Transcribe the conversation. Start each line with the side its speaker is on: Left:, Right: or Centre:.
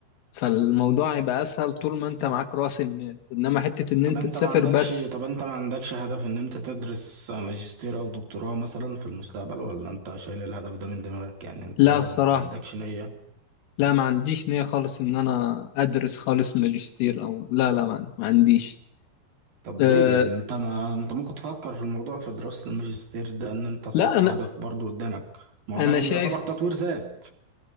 Left: فالموضوع هيبقى اسهل طول ما انت معاك راس المال انما حتة ان
Right: طب
Left: انت
Right: انت
Left: تسافر
Right: ما عندكش
Left: بس
Right: طب انت ما عندكش هدف ان انت تدرس ماجستير او دكتوراه مثلا في المستقبل ولا انت شايل الهدف ده من دماغك يعني انت
Left: لا الصراحة
Right: ما عندكش نية
Left: لا ما عنديش نية خالص ان انا ادرس خالص ماجستير او لا لا ما ما عنديش
Right: طب
Left: أه
Right: ليه يعني انت ما انت ممكن تفكر في الموضوع في دراسة الماجستير ده ان انت تحطه
Left: لا انا
Right: هدف برضو قدامك ما
Left: انا
Right: هو ده
Left: شايف
Right: يعتبر تطوير ذات